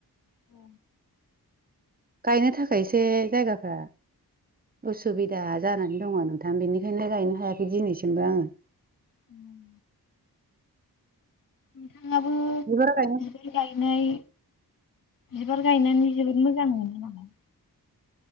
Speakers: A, on the left (about 60°); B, on the right (about 25°).
A: औ।
B: गायनो थाखायसै जायगाफ्रा उसुबिदा जानानै दङ नोंथां बेनिखायनो गायनो हायाखै दिनैसिमबो आङो।
A: उम। नोंथाङाबो
B: बिबार गायनो
A: बिबार गायनाय बिबार गायनानै जोबोद मोजां मोनो ना?